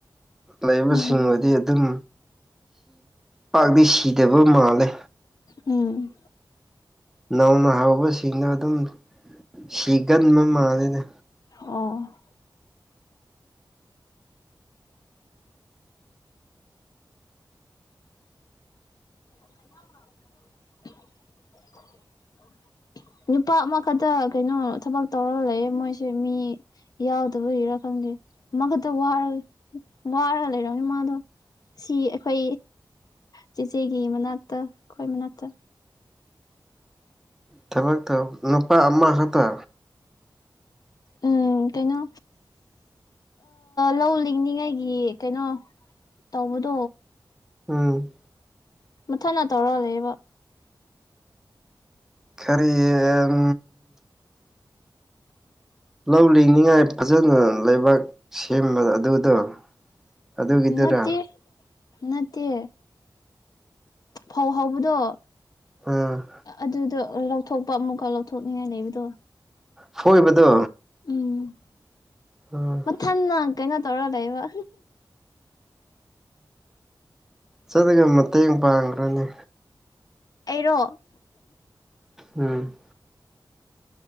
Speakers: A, in the centre; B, on the left.
A: ꯂꯩꯕꯁꯤꯡꯕꯨꯗꯤ
B: ꯎꯝ
A: ꯑꯗꯨꯝ ꯄꯥꯛꯇꯤ ꯁꯤꯗꯕ ꯃꯥꯜꯂꯦ
B: ꯎꯝ
A: ꯅꯧꯅ ꯍꯧꯕꯁꯤꯡꯗꯣ ꯑꯗꯨꯝ ꯁꯤꯒꯟꯕ ꯃꯥꯜꯂꯤꯦꯗ
B: ꯑꯣ <unintelligible> <unintelligible> ꯅꯨꯄꯥ ꯑꯃꯈꯛꯇ ꯀꯩꯅꯣ ꯊꯕꯛ ꯇꯧꯔꯒ ꯂꯩꯌꯦꯦ ꯃꯣꯏꯁꯦ ꯃꯤ ꯌꯥꯎꯗꯕꯒꯤꯔꯥ ꯈꯪꯗꯦ ꯑꯃꯈꯛꯇ ꯋꯥꯔ ꯋꯥꯔꯒ ꯂꯩꯔꯅꯤ ꯃꯥꯗꯣ ꯁꯤ ꯑꯩꯈꯣꯏ ꯆꯦꯆꯦꯒꯤ ꯃꯅꯥꯛꯇ ꯑꯩꯈꯣꯏ ꯃꯅꯥꯛꯇ
A: ꯊꯕꯛꯇ ꯅꯨꯄꯥ ꯑꯃ ꯈꯛꯇ
B: ꯎꯝ ꯀꯩꯅꯣ ꯂꯧ ꯂꯤꯡꯉꯉꯩꯒꯤ ꯀꯩꯅꯣ ꯇꯗꯣ
A: ꯎꯝ
B: ꯃꯨꯊꯅꯥ ꯇꯧꯔ ꯂꯩꯦꯕ
A: ꯈꯔꯤ ꯎ
B: <unintelligible>
A: ꯂꯧ ꯂꯤꯡꯅꯤꯡꯉꯥꯏ ꯐꯖꯅ ꯂꯩꯕꯥꯛ ꯁꯦꯝꯕ ꯑꯗꯨꯗꯣ ꯑꯗꯨꯒꯤꯗꯨꯔ
B: ꯅꯠꯇꯦ ꯅꯠꯇꯦ ꯐꯧ ꯍꯥꯎꯕꯗꯣ
A: ꯑꯝ
B: ꯑꯗꯨꯗꯣ ꯂꯧꯊꯣꯛꯄ ꯑꯃꯨꯛꯀ ꯂꯧꯊꯣꯛꯅꯤꯡꯉꯥꯏ ꯂꯩꯕꯗꯣ
A: ꯍꯣꯏꯕꯗꯣ
B: ꯎꯝ
A: ꯎꯝ
B: ꯊꯟꯅ ꯀꯩꯅꯣ ꯇꯧꯔ ꯂꯩꯕ
A: ꯆꯠꯂꯒ ꯃꯇꯦꯡ ꯄꯥꯡꯈ꯭ꯔꯅꯤ
B: ꯑꯩꯔꯣ
A: ꯎꯝ